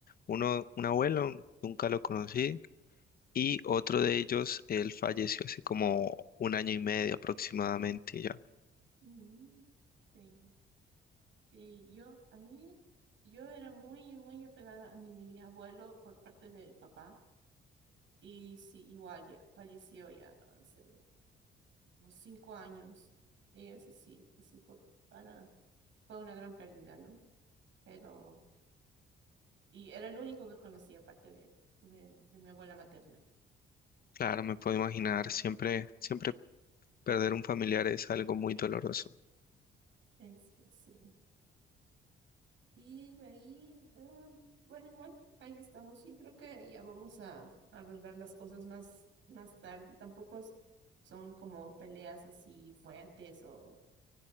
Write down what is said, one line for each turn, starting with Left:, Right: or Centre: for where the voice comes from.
Left: uno, un abuelo, nunca lo conocí, y otro de ellos, él falleció hace como un año y medio aproximadamente, y ya.
Right: Mm, sí. Y yo, a mí, yo era muy, muy apegada a mi abuelo por parte de papá. Y sí, igual ya, falleció ya hace unos cinco años. Y eso sí, y sí fue para, fue una gran pérdida, ¿no? Pero, y era el único que conocía aparte de, de, de mi abuela materna.
Left: Claro, me puedo imaginar,
Right: Mm,
Left: siempre, siempre perder un familiar es algo muy doloroso.
Right: Es, pues sí. Y de ahí, eh, bueno, igual, ahí estamos. Yo creo que ya vamos a arreglar las cosas más, más tarde. Tampoco es- son como peleas así fuertes o